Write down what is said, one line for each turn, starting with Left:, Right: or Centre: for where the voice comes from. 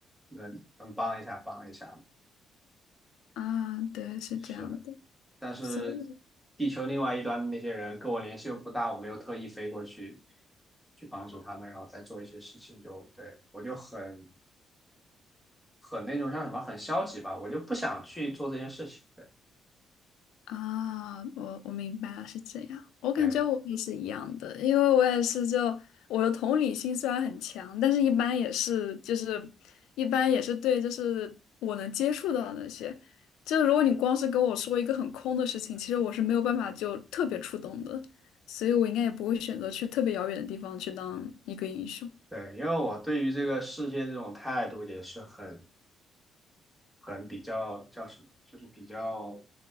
Centre: 能能帮一下，帮一下嘛。
Left: 啊，对，是这样的，
Centre: 是的，但是
Left: 所以。
Centre: 地球另外一端的那些人跟我联系又不大，我没有特意飞过去去帮助他们，然后再做一些事情就，对，我就很很那种像什么很消极吧，我就不想去做这件事情。对
Left: 啊，我我明白了，是这样。我感觉我也是一样的，
Centre: 对
Left: 因为我也是就我的同理心虽然很强，但是一般也是就是一般也是对就是我能接触到的那些，就如果你光是跟我说一个很空的事情，其实我是没有办法就特别触动的，所以我应该也不会选择去特别遥远的地方去当一个英雄。
Centre: 对，因为我对于这个世界这种态度也是很。很比较叫什么，就是比较